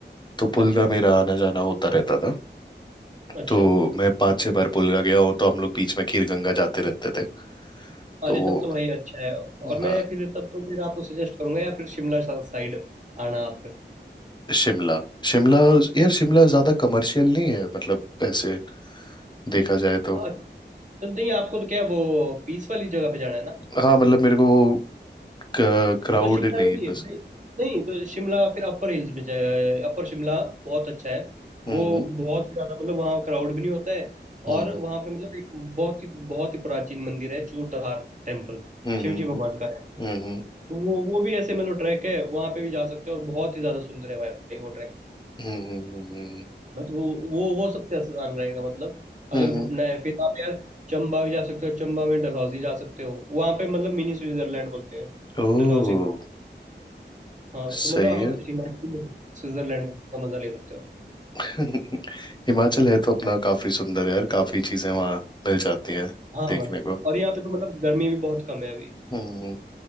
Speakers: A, on the left (about 25°); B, on the right (about 40°).
A: तो पुलगा
B: अच्छा
A: मेरा आना जाना होता रहता था
B: अच्छा
A: तो मैं पांच छह बार पुलगा गया हूँ तो हम लोग बीच में खीर गंगा जाते रहते थे
B: अरे
A: तो वो
B: तब तो भाई अच्छा है और
A: हाँ
B: मैं फिर तब तो फिर आपको सजेस्ट करूंगा या फिर शिमला साइड आना आप
A: शिमला शिमला यार शिमला ज्यादा कमर्शियल नहीं है मतलब ऐसे देखा जाए तो।
B: फिर तो नहीं आपको तो क्या वो पीस वाली जगह पे जाना है ना
A: हाँ मतलब मेरे को वो क्राउड
B: तो शिमला
A: नहीं
B: में भी है
A: बस
B: नहीं तो शिमला फिर अपर हिल्स में जाए अपर शिमला बहुत अच्छा है
A: हम्म
B: वो बहुत ही ज्यादा मतलब वहाँ क्राउड भी नहीं होता है
A: हम्म
B: और वहाँ पे मतलब एक बहुत ही बहुत ही प्राचीन मंदिर है चूड़धार टेम्पल
A: हम्म
B: शिव जी भगवान का है
A: हम्म
B: तो वो वो भी ऐसे मतलब ट्रैक है वहाँ पे भी जा सकते हो और बहुत ही ज्यादा सुंदर है भाई वो ट्रैक
A: हम्म
B: ना तो वो वो वो सबसे अच्छा आसान रहेगा मतलब अगर
A: हम्म
B: घूमना है फिर आप यार चंबा भी जा सकते हो चंबा में डलहौजी जा सकते हो वहाँ पे मतलब मिनी स्विट्जरलैंड बोलते हैं
A: ओ
B: डलहौजी को हाँ
A: सही
B: तो मतलब आप
A: है
B: हिमाचल में स्विट्जरलैंड का मजा ले सकते हो
A: <laughs> हिमाचल है तो अपना
B: हाँ
A: काफी सुंदर है यार काफी चीजें वहाँ मिल जाती हैं
B: हाँ
A: देखने
B: भाई
A: को
B: और यहाँ पे तो मतलब गर्मी भी बहुत कम है अभी
A: हम्म